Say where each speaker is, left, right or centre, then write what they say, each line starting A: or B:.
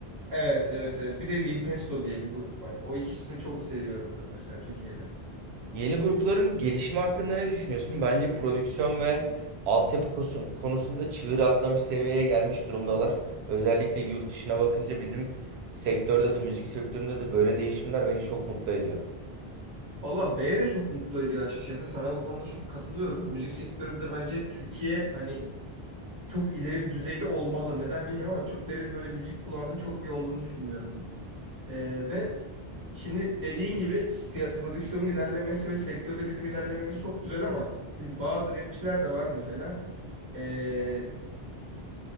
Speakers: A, on the right (about 20°); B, on the right (about 85°).
A: Evet, evet, evet. Bir de Limpesto diye bir grup var. O ikisini çok seviyorum ben mesela Türkiye'de.
B: Yeni grupların gelişimi hakkında ne düşünüyorsun? Bence prodüksiyon ve altyapı kosu- konusunda çığır atlamış seviyeye gelmiş durumdalar. Özellikle yurt dışına bakınca bizim sektörde de müzik sektöründe de böyle değişimler beni çok mutlu ediyor.
A: Valla B de çok mutlu ediyor açıkçası. Sana bu konuda çok katılıyorum. Müzik sektöründe bence Türkiye hani çok ileri bir düzeyde olmalı. Neden bilmiyorum ama Türklerin böyle müzik kulağının çok iyi olduğunu düşünüyorum ben. Ee, ve şimdi dediğin gibi piya- prodüksiyonun ilerlemesi ve sektörde bizim ilerlememiz çok güzel ama şimdi bazı rapçiler de var mesela. Ee,